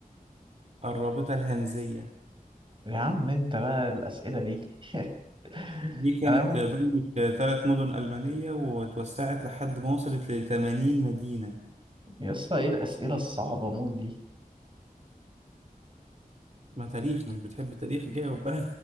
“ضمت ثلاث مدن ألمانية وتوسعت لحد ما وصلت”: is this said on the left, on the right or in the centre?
Right